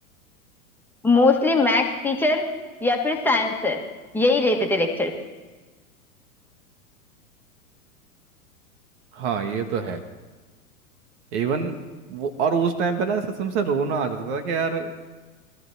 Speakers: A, in the centre; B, on the right.
A: Mostly maths teacher या फिर साइंस सर यही लेते थे लेक्चर्स
B: हाँ ये तो है इवन वो और उस टाइम पे ना कसम से रोना आ जाता था कि यार